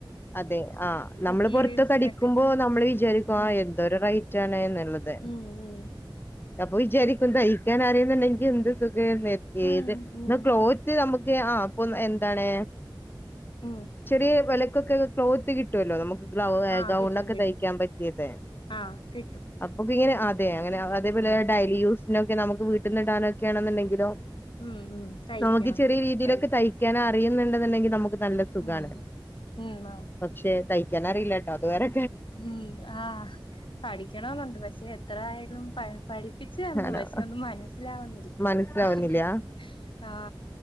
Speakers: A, on the left; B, on the left.
A: അതെ ആ നമ്മള്
B: മെറ്റീരിയൽസിനൊക്കെ
A: പൊറത്തൊ അടിക്കുമ്പോ നമ്മൾ വിചാരിക്കും ആ
B: ഉം
A: എന്തോ റൈറ്റ് ആണെന്ന് ഉള്ളതെ
B: ഉം ഉം
A: അപ്പൊ വിചാരിക്കും ദഹക്കാൻ അറിയുന്നുണ്ടെങ്കിൽ എന്ത്ഖം
B: ഉം
A: ഏത്
B: ഉം
A: ക്ലോത്ത് നമുക്ക് െ ആ് അപ്പൊ എന്താണ്
B: ഉം
A: ചെറിയ വില ക്കെ ക്ലോത്ത് കിട്ടുമല്ലോ നമുക്ക് ഗൗ
B: ആഹ്
A: ഗൗൺ
B: കിട്ടും
A: ഒക്കെ
B: കിട്ടും
A: തയ്ക്കാൻ പറ്റിയത്
B: ആഹ് കിട്ടും
A: അപ്പൊ ങ്ങനെ അതെ അങ്ങനെ അതേപോലെ
B: ഉം
A: ഡേയ്ലി യൂസ് പിന്നെക്കെ നമുക്ക് വിട്ടന്ന് ഇ ടാനൊക്കെ ണെന്ന് ക്കിലും
B: ഉം ഉം തയ്ക്കാം
A: നമുക്ക് ചെറിയ രീതിയിലൊക്കെ
B: തയ്ച്ച്
A: തയ്ക്കാന അുന്നുണ്ടണ്ടെങ്കിൽ നമുക്ക് നല്ല സുഖാണ്
B: ഉം ഉം ആ
A: പക്ഷെ തൈ ജനാറ ഇല്ലാട്ട അത് വരെ
B: ഉം ആഹ് പഠിക്കണെന്നുണ്ട് പക്ഷെ എത്ര ആയാലും പ പഠിപ്പിച്ചു തന്നു
A: ആണോ
B: പക്ഷെ ഒന്ന് മനസ്സിലാവ
A: മനസ്സിലാവുന്നില്ല
B: <unintelligible> ആ